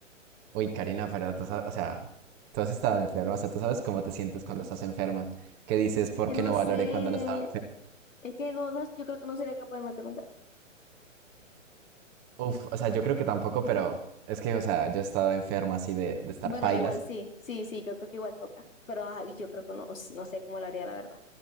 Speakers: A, on the right; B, on the left.
A: Uy, Karina, pero tú sa- o sea, tú has estado enferma, o sea, tú sabes cómo te sientes cuando estás enferma. ¿Qué dices? ¿Por
B: Es que
A: qué
B: no
A: no
B: sé.
A: valoré cuando no estaba enferma?
B: Es que no, no, yo creo que no sería capaz de matar a un gato.
A: Uf, o sea, yo creo que tampoco, pero es que, o sea, yo he estado enfermo así de, de estar
B: Bueno,
A: pailas.
B: igual sí, sí, sí, creo que igual toca. Pero ajá, yo creo que no, no sé cómo lo haría, la verdad.